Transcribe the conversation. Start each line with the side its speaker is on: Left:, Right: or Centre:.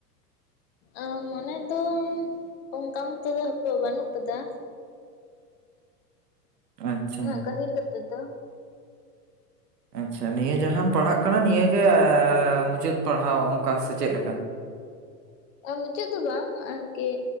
Left: ᱮᱸ ᱢᱚᱱᱮ ᱫᱚ ᱚᱱᱠᱟ ᱢᱚᱛᱚ ᱦᱟᱯᱮ ᱵᱟᱹᱱᱩᱜ ᱠᱟᱫᱟ᱾
Right: ᱟᱪᱪᱷᱟ
Left: ᱩᱱᱟ. ᱜ ᱜᱟᱦᱤᱨ ᱠᱟᱛᱮᱜ ᱫᱚ᱾
Right: ᱟᱪᱪᱷᱟ ᱱᱤᱭᱟᱹ ᱡᱟᱸᱦᱟᱢ ᱯᱟᱲᱦᱟᱜ ᱠᱟᱱᱟ ᱱᱤᱭᱟᱹᱜᱮ ᱢᱩᱪᱟᱹᱫ ᱯᱟᱲᱦᱟᱣ ᱚᱱᱠᱟ ᱥᱮ ᱪᱮᱫᱞ ᱞᱮᱠᱟ᱾
Left: ᱢᱩᱪᱟᱹᱫ ᱫᱚ ᱵᱟᱝ ᱟᱨᱠᱤ